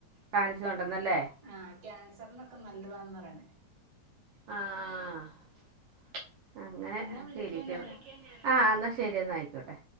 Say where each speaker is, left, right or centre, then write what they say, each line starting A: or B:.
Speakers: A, on the right; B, on the right.
A: കാൻസർ ഉണ്ടെന്നല്ലേ
B: ആഹ് ക്യാൻസറിനൊക്കെ നല്ലതാണെന്നാ പറയണേ <unintelligible>
A: ആഹ് ആഹ് ആഹ് അങ്ങനെ
B: എന്നാ
A: ഒക്കെ
B: വിളിക്കാം
A: ഇരിക്കണ്
B: ഞാന്
A: ആഹ് എന്നാ ശരിയന്നാ ആയിക്കോട്ടെ